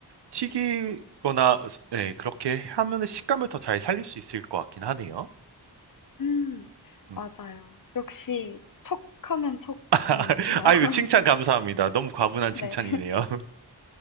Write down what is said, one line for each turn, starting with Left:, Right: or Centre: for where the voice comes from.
Right: 튀기거나, 예, 그렇게 하면은 식감을 더 잘 살릴 수 있을 것 같긴 하네요.
Left: 음,
Right: 음.
Left: 맞아요. 역시 척하면 척 아시는군요.
Right: <laughs> 아유,
Left: <laughs>
Right: 칭찬 감사합니다. 너무 과분한 칭찬이네요.
Left: 네.
Right: <laughs>